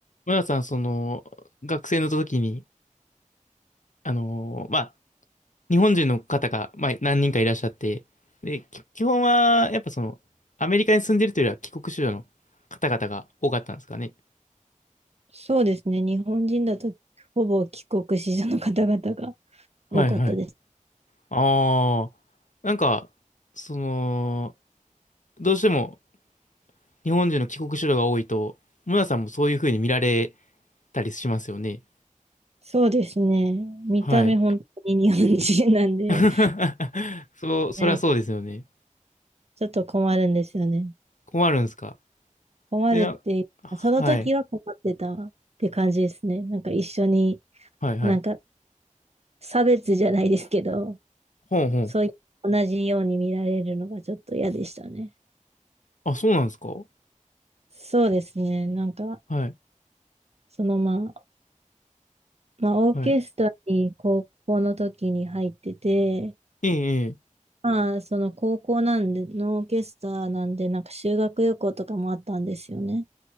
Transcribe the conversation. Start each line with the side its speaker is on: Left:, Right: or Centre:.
Left: 村田さん、その、学生の時に、あのーまあ、日本人の方が、まあ、何人かいらっしゃって、で、き基本は、やっぱその、アメリカに住んでるというよりは帰国子女の方々が多かったんですかね。
Right: そうですね。日本人だとほぼ帰国子女の方々が
Left: はいはい。
Right: 多かったです。
Left: ああ、なんか、その、どうしても日本人の帰国子女が多いと、村田さんもそういう風に見られたりしますよね。
Right: そうですね。見た目本当に日本人なんで、
Left: はい。<laughs> そう、そりゃそうですよね。
Right: ねちょっと困るんですよね。
Left: 困るんですか。
Right: 困るっていうか、
Left: いや、はい、
Right: その時は困ってたって感じですね。なんか一緒に、
Left: はい、はい。
Right: なんか差別じゃないですけど、
Left: ほうほう。
Right: そういう同じように見られるのがちょっと嫌でしたね。
Left: あ、そうなんですかは
Right: そうですね。なんか、
Left: い。
Right: そのまあ、まあ、オーケストラに高校の時に入ってて、
Left: はい。ええ、え
Right: まあ、その高校なんで、ノーケスターなんで、なんか修学旅行とかもあったんですよね。